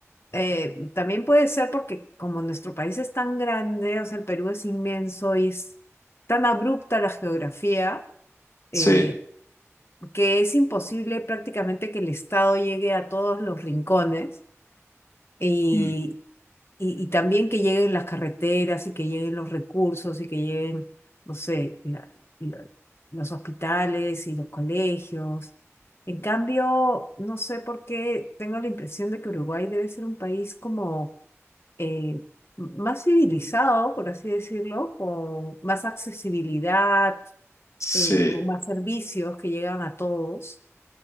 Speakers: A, on the left; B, on the left.
A: Eh, también puede ser porque como nuestro país es tan grande, o sea, el Perú es inmenso y es tan abrupta la geografía,
B: Sí,
A: eh, que es imposible prácticamente que el Estado llegue a todos los rincones. y
B: Mm.
A: y, y también que lleguen las carreteras y que lleguen los recursos y que lleguen, no sé, la- la- los hospitales y los colegios. En cambio, no sé por qué tengo la impresión de que Uruguay debe ser un país como eh, m- más civilizado, por así decirlo, con más accesibilidad,
B: sí,
A: eh, con más servicios que llegan a todos.